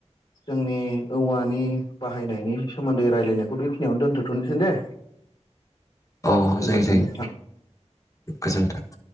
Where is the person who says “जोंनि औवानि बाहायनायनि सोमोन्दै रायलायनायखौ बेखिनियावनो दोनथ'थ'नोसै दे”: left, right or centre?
Left